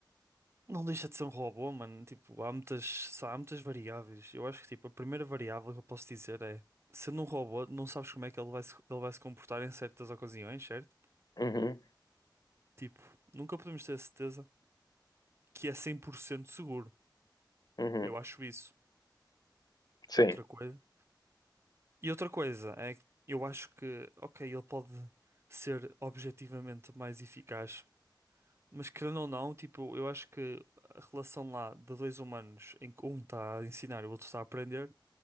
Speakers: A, on the right (about 35°); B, on the left (about 55°).
A: não deixa de ser um robô, mano. Tipo, há muitas, há muitas variáveis. Eu acho que, tipo, a primeira variável que eu posso dizer é, sendo um robô, não sabes como é que ele vai se, ele vai se comportar em certas ocasiões, certo?
B: Uhum,
A: Tipo, nunca podemos ter a certeza que é 100% seguro.
B: uhum,
A: Eu acho isso.
B: sim.
A: Outra coisa. E outra coisa é que eu acho que, ok, ele pode ser objetivamente mais eficaz Mas querendo ou não, tipo, eu acho que a relação lá de dois humanos em que um está a ensinar e o outro está a aprender